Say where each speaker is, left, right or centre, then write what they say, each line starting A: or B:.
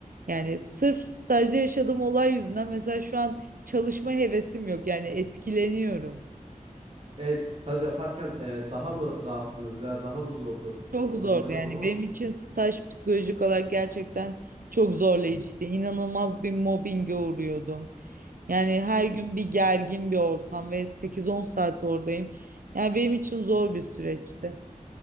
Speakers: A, on the right (about 80°); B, on the right (about 45°).
A: Yani sırf stajda yaşadığım olay yüzünden mesela şu an çalışma hevesim yok. Yani etkileniyorum.
B: Evet, staj yaparken e, daha mı rahattınız veya daha mı zordu?
A: Çok
B: Onu
A: zordu
B: anlayamadım
A: yani
B: ama.
A: benim için staj psikolojik olarak gerçekten çok zorlayıcıydı.
B: Hmm.
A: İnanılmaz bir mobbinge uğruyordum. Yani her
B: Hmm.
A: gün bir gergin bir ortam ve sekiz on saat oradayım. Yani benim için zor bir süreçti.